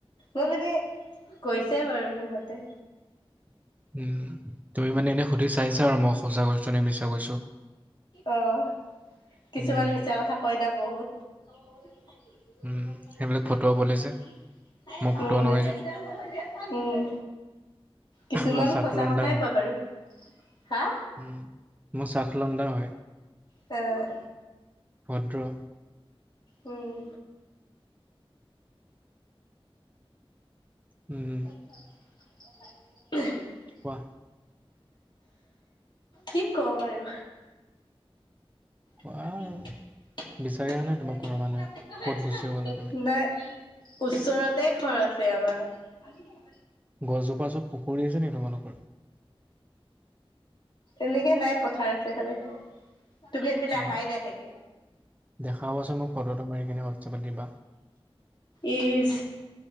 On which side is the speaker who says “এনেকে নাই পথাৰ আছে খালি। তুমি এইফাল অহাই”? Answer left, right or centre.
Left